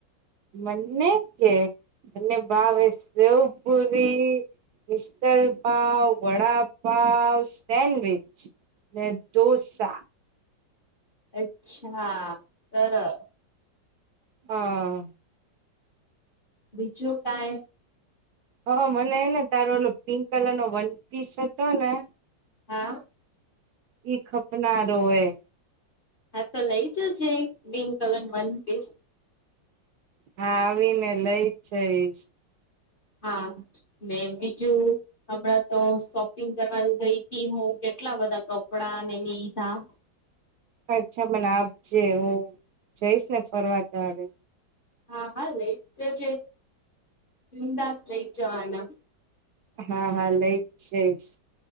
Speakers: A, on the right; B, on the left.
A: મને છે મને ભાવે સેવ પૂરી મિસલ પાવ, વડાપાવ, સેન્ડવીચ, ને ઢોસા
B: અચ્છા સરસ
A: હા
B: બીજું કાઈ
A: હા મને હેને તારુ ઓલું પિંક કલરનો વન પીસ હતો ને
B: હા
A: ઈ ખપનારો હોય
B: હા તો લઈ જજે પિન્ક કલર વન પીસ
A: હા આવી ને લઈ જ જઈશ
B: હા ને બીજું હમણાં તો શોપિંગ કરવાની ગઈ હતી હું કે કેટલા બધા કપડા ને લીધા
A: અચ્છા મને આપજે હું જઈશ ને ફરવા ત્યારે
B: હા હા લઈ જજે બિન્દાસ લઈ જ જવાના
A: હા હા લઈ જઈશ